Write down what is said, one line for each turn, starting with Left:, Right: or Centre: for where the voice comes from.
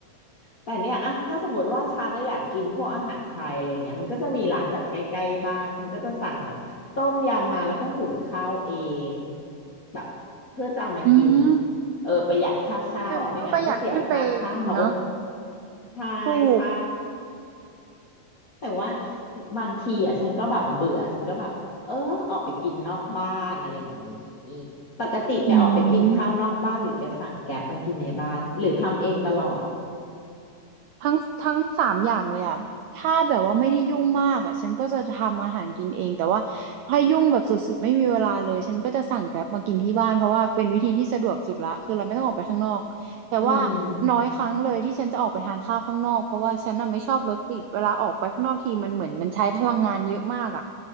Left: แต่เนี่ยอะถ้าสมมติว่าฉันน่ะอยากกินพวกอาหารไทยอะไรเงี้ยมันก็จะมีร้านแบบใกล้ๆบ้านฉันก็จะสั่งแบบต้มยำมาแล้วก็หุงข้าวเองแบบเพื่อจะเอามากิน
Right: อืม
Left: เออประหยัดค่าข้าวอ่ะไม่งั้นก็เสียค่าข้าว
Right: แบบนี้ก็ประหยัดขึ้นไปอีกเนาะ
Left: <laughs> ใช่ใช่
Right: ถูก
Left: แต่ว่าบางทีอ่ะฉันก็แบบเบื่อฉันก็แบบเออออกไปกินนอกบ้านอะไรอย่างงี้ปกติแกออกไปกินข้าวนอกบ้านหรือแกสั่งแกร็บมากินในบ้านหรือทำเองตลอด
Right: อืม ทั้งทั้งสามอย่างเลยอ่ะถ้าแบบว่าไม่ได้ยุ่งมากอ่ะฉันก็จะทำอาหารกินเอง แต่ว่าถ้ายุ่งแบบสุดๆไม่มีเวลาเลย ฉันก็จะสั่งแกร็บมากินที่บ้าน เพราะว่าเป็นวิธีที่สะดวกสุดละคือเราไม่ต้องออกไปข้างนอกแต่ว่า
Left: อืม
Right: น้อยครั้งเลยที่ฉันจะออกไปทานข้าวข้างนอก เพราะว่าฉันน่ะไม่ชอบรถติดเวลาออกไปข้างนอกทีมันเหมือนมันใช้พลังงานเยอะมากอ่ะ